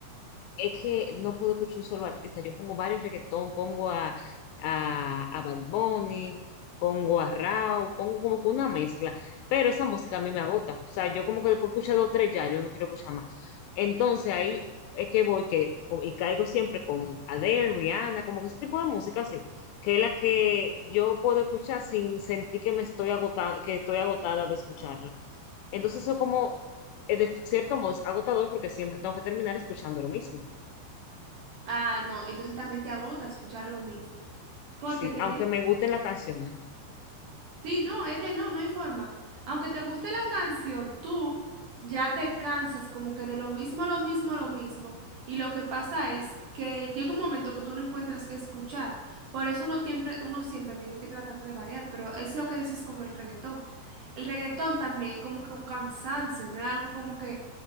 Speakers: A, on the left; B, on the right.
A: es que no puedo escuchar un solo artista. Yo pongo varios reggaetón, pongo a, a, a Bad Bunny, pongo a Rauw, pongo como que una mezcla. Pero esa música a mí me agota. O sea, yo como que después escucho dos o tres ya, yo no quiero escuchar más. Entonces ahí es que voy que, co- y caigo siempre con Adele, Rihanna, como que ese tipo de música así, que es la que yo puedo escuchar sin sentir que me estoy agotada, que estoy agotada de escucharla. Entonces eso como, eh, de cierto modo, es agotador porque siempre tengo que terminar escuchando lo mismo.
B: Ah, no, entonces también te agota escuchar lo mismo, porque
A: Sí,
B: tienes
A: aunque me gusten las canciones.
B: Sí, no, es que no, no hay forma. Aunque te guste la canción, tú ya te cansas como que de lo mismo, lo mismo, lo mismo. Y lo que pasa es que llega un momento que tú no encuentras qué escuchar. Por eso uno siempre, uno siempre tiene que tratar de variar, pero es lo que dices con el reggaetón. El reggaetón también es como que un cansancio, no es algo como que,